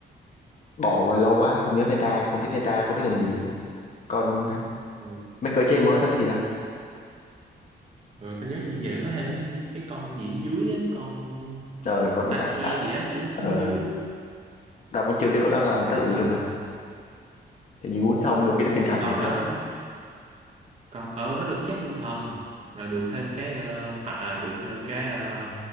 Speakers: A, on the left; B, on the right.
A: bỏ rồi lâu quá không nhớ meta không biết meta không biết làm gì á. còn
B: rồi
A: mấy cơ chế mới tao biết gì đó
B: tao nhớ như vậy nó có thêm cái con gì ở dưới á con
A: ờ còn
B: a
A: à,
B: the
A: à,
B: gì á đứng
A: ờ
B: đứng dưới á
A: tao vẫn chưa biết con đó là tác
B: cái
A: dụng
B: con
A: gì luôn
B: đó
A: mà thì như uống xong được cái chất tinh thần
B: con
A: vậy thôi
B: đó con ờ nó được chắc thiên thần rồi được thêm cái ờ, hoặc là được thêm cái ờ,